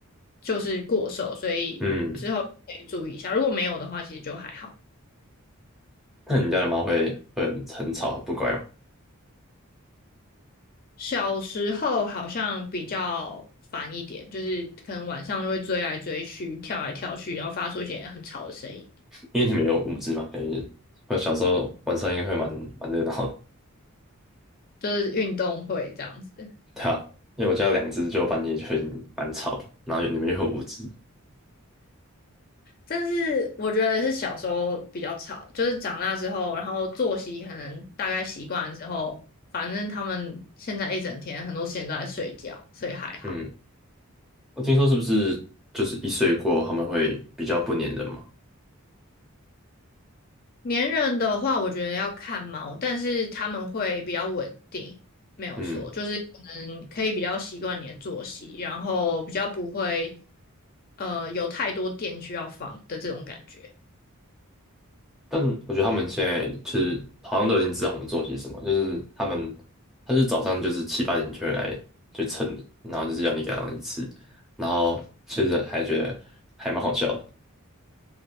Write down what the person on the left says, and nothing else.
就是过瘦，所以之后可以注意一下。
如果没有的话，其实就还好。
小时候好像比较烦一点，就是可能晚上就会追来追去、跳来跳去，然后发出一些很吵的声音，
就是运动会这样子。
但是我觉得是小时候比较吵，就是长大之后，然后作息可能大概习惯了之后，反正他们现在一整天很多时间都在睡觉，所以还好。
粘人的话，我觉得要看猫，但是他们会比较稳定，没有错，
就是可能可以比较习惯你的作息，然后比较不会呃有太多电需要放的这种感觉。